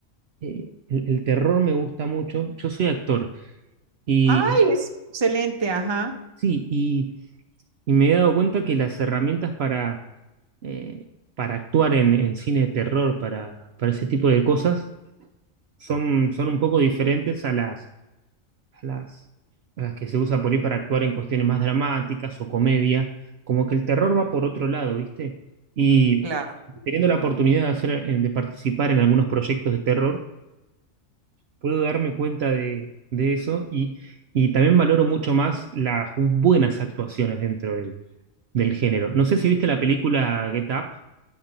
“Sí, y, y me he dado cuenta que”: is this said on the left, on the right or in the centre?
Right